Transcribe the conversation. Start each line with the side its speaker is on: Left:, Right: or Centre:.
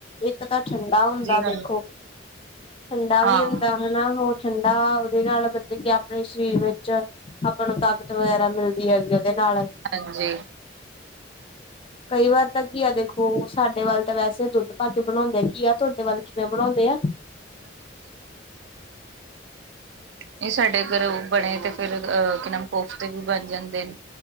Left: ਇੱਕ ਤਾ ਠੰਡਾ ਹੁੰਦਾ
Right: ਹਾਂਜੀ
Left: ਦੇਖੋ। ਠੰਡਾ
Right: ਹਾਂ
Left: ਵੀ ਹੁੰਦਾ ਹੈਨਾ ਹੋਰ ਠੰਡਾ ਓਦੇ ਨਾਲ ਗੱਦੇ ਗੈਪ। ਆਪਣੇ ਸਰੀਰ ਵਿੱਚ ਆਪਾਂ ਨੂੰ ਤਾਕਤ ਵਗੈਰਾ ਮਿਲਦੀ ਹੈਗੀ ਆ। ਤੇ, ਨਾਲ
Right: ਹਾਂਜੀ,
Left: ਕਈ ਵਾਰ ਤਾਂ ਕੀ ਐ ਦੇਖੋ ਸਾਡੇ ਵੱਲ ਤਾਂ ਵੈਸੇ ਦੁੱਧ ਪਾ ਕੇ ਬਣਾਉਂਦੇ ਨੇ। ਘੀਆ ਤੁਹਾਡੇ ਵੱਲ, ਕਿਵੇਂ ਬਣਾਉਂਦੇ ਆ।
Right: ਇਹ, ਸਾਡੇ ਅੰਦਰ ਬਣੇ, ਤੇ ਫਿਰ ਕੋਫਤੇ, ਵੀ ਬਣ ਜਾਂਦੇ ਨੇ,